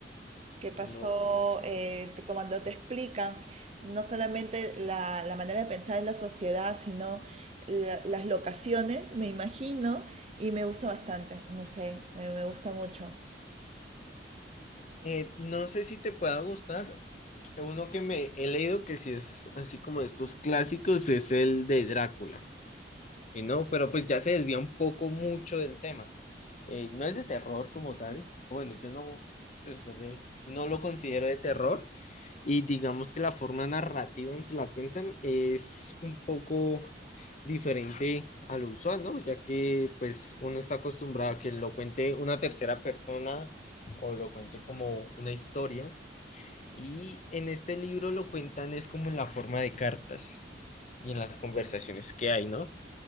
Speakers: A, on the right; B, on the left.
A: qué pasó,
B: No,
A: eh, te- cuando te explican no solamente la, la manera de pensar en la sociedad, sino la- las locaciones, me imagino, y me gusta bastante, no sé, me, me gusta mucho.
B: eh, no sé si te pueda gustar. Uno que me he leído que sí es así como de estos clásicos es el de Drácula. Y no, pero pues ya se desvía un poco mucho del tema. Eh, no es de terror como tal. o Bueno, yo no, pues no me, no lo considero de terror, Y digamos que la forma narrativa en que la cuentan es un poco diferente a lo usual, ¿no? Ya que pues uno está acostumbrado a que lo cuente una tercera persona o lo cuente como una historia. Y en este libro lo cuentan es como en la forma de cartas y en las conversaciones que hay, ¿no?